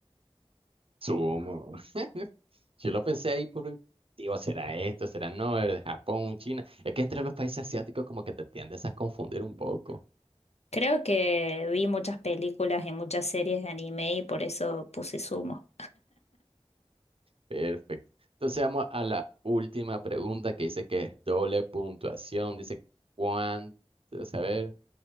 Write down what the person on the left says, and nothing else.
Creo que vi muchas películas y muchas series de anime y por eso puse sumo.